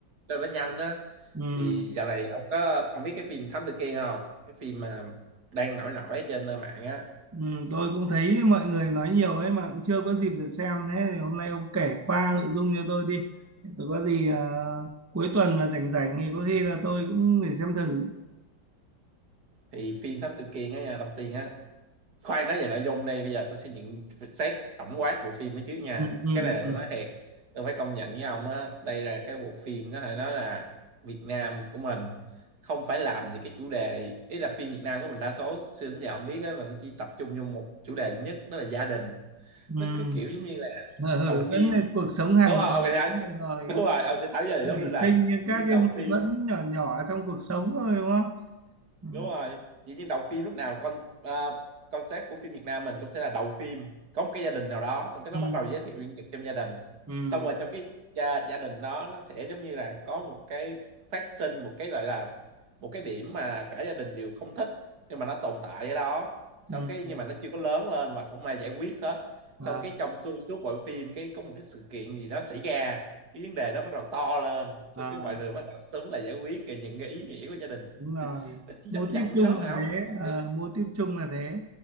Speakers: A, on the right; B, on the right.
A: cho nó nhanh á
B: Ừ,
A: thì dạo này ông có ông biết cái phim Thám Tử Kiên không cái phim mà đang nổi nổi trên mạng á
B: ừ, tôi cũng thấy mọi người nói nhiều ấy mà cũng chưa có dịp được xem thế thì hôm nay ông kể qua nội dung cho tôi đi tôi có gì à, cuối tuần mà rảnh rảnh thì có khi là tôi cũng phải xem thử
A: thì phim Thám Tử Kiên á nha đầu tiên á khoan nói về nội dung đây bây giờ tôi sẽ nhận xét tổng quát bộ phim đó trước nha
B: ừ, ừ,
A: cái này
B: ừ,
A: tôi nói thiệt tôi phải công nhận với ông á đây là cái bộ phim có thể nói là Việt Nam của mình không phải làm gì cái chủ đề ý là phim Việt Nam của mình đa số xưa đến giờ ông biết á là nó chỉ tập trung vô một chủ đề duy nhất đó là gia đình
B: ừ.
A: nó cứ kiểu giống như là
B: Ừ,
A: đầu
B: ừ,
A: phim
B: vẫn là cuộc sống hàng
A: đúng không
B: ngày
A: ông
B: đúng rồi
A: <laughs>
B: rồi,
A: đúng rồi ông sẽ thấy ra
B: nảy
A: giống như là
B: sinh những
A: viên
B: các cái
A: đầu
B: mâu
A: phim
B: thuẫn nhỏ nhỏ trong cuộc sống thôi đúng không ừ,
A: đúng rồi vậy nhưng đầu phim lúc nào con à, concept của phim Việt Nam mình cũng sẽ là đầu phim có một cái gia đình nào đó xong cái
B: ừ,
A: nó bắt đầu giới thiệu nhân vật trong gia đình
B: ừ,
A: xong rồi trong cái gia, gia đình đó nó sẽ giống như là có một cái phát sinh một cái gọi là một cái điểm mà cả gia đình đều không thích nhưng mà nó tồn tại ở đó xong
B: ừ.
A: cái nhưng mà nó chưa có lớn lên và không ai giải quyết hết
B: À,
A: xong cái trong xuyên suốt bộ phim cái có một cái sự kiện gì đó xảy ra cái vấn đề đó bắt đầu to lên xong
B: à,
A: cái mọi người bắt đầu sớm là giải quyết cái những cái ý nghĩa của gia đình
B: đúng rồi mô
A: vòng
B: típ
A: vòng
B: chung
A: như đó
B: là
A: mà không
B: thế à,
A: Đấy,
B: mô típ chung là thế